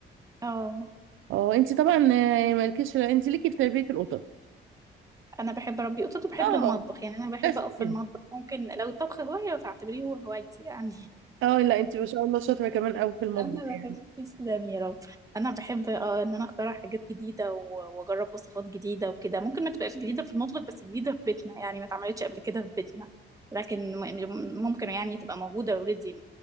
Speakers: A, on the right; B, on the right.
A: اه
B: اه انت طبعا آه، مالكيش انت ليكي في تربية القطط
A: انا بحب اربي قطط وبحب
B: اه
A: المطبخ يعني انا بحب
B: بس
A: اقف
B: كده
A: في المطبخ ممكن لو الطبخ هوايه فاعتبريه هو هوايتي انا
B: اه لا انت ما شاء الله شاطرة كمان قوي في المطبخ
A: انا
B: يعني
A: بحب تسلم يا رب انا بحب اه ان انا اخترع حاجات جديده و- واجرب وصفات جديده وكده ممكن ما تبقاش جديده في المطلق بس جديده في بيتنا يعني ما اتعملتش قبل كده في بيتنا لكن م- يعني ممكن يعني تبقى موجوده اوريدي